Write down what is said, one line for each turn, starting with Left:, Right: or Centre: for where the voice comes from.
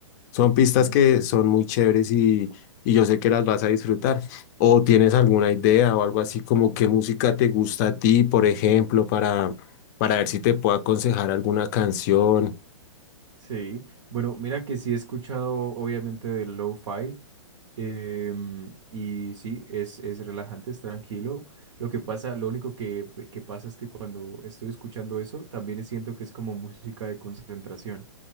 Left: Son
Right: ujú.
Left: pistas que son muy chéveres y, y yo sé que las vas a disfrutar. O tienes alguna idea o algo así como qué música te gusta a ti, por ejemplo, para, para ver si te puedo aconsejar alguna canción.
Right: Sí, bueno, mira que sí he escuchado obviamente del lo-fi em, y sí, es, es relajante, es tranquilo. Lo que pasa, lo único que, que pasa es que cuando estoy escuchando eso, también siento que es como música de concentración.